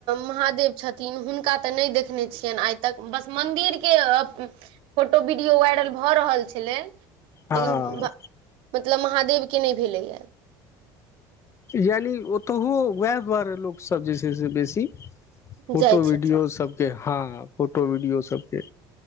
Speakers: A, on the right (about 70°); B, on the left (about 30°).
A: महादेव छथिन हुनका तऽ नइ देखने छियनि आइ तक बस मन्दिर के फोटो वीडियो वायरल भऽ रहल छलै लेकिन
B: हँ
A: मतलब महादेव के नइ भेलैए
B: यानि ओतहु उएह दुआरे लोकसभ जे छै से बेसी फोटो
A: जाइ छथिन
B: वीडियो सभके हँ फोटो वीडियो सभके